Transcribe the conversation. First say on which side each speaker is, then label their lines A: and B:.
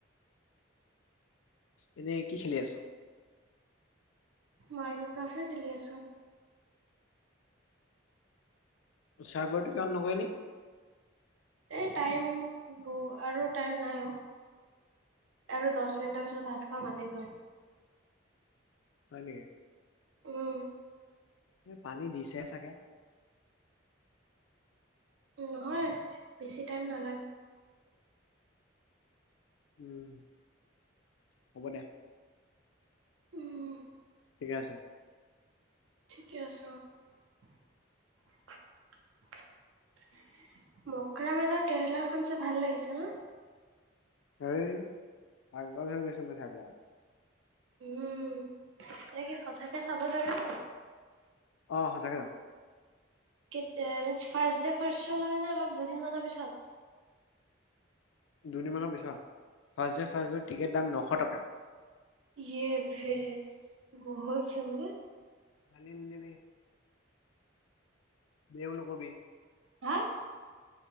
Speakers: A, on the left; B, on the right.
A: এনেই কি খেলি আছ
B: মাইনড ক্ৰাফে খেলি আছো
A: চাৰ্ভাৰটো কাম নকৰে নেকি
B: এই টাইম ব আৰু টাইম নাই অ আৰু দহ মিনিটৰ পিছত ভাত খাব মাতিবই
A: হয় নেকি
B: উম
A: পানি দিছে চাগে
B: নহয় বেছি টাইম নালাগে
A: উম হ'ব দে
B: উম
A: ঠিকে আছে
B: ঠিকে আছ মকৰা মেনৰ টেইলাৰখন চাই ভাল লাগিছে ন
A: এ পাগল হৈ গৈছো মইঠাকৰা
B: উম এনে কি সঁচাকে চাব যাবি নে
A: অ সঁচাকে যাম
B: কেতিয়া ফাৰ্ষ্ট দে ফাৰ্ষ্ট চো নে অলপ দুদিনমানৰ পিছত
A: দুদিনমানৰ পিছত first day first show ticket দাম নশ টকা
B: ই এ ভে বহুত চোন বে
A: কান্দি নিদিবি তেওঁ নকবি
B: হাঁ